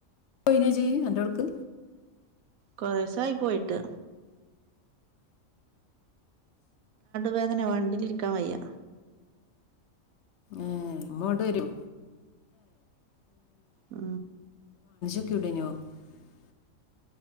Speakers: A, on the left; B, on the right.
A: പോയിനേജി എന്റെ അൾക്ക്
B: കൊറെ ദിവസ ആയി പോയിട്ട് വേദന വണ്ടിലിരിക്കാൻ വയ്യ
A: ഏ അമ്മോട് വരുവേ
B: ആ
A: <unintelligible>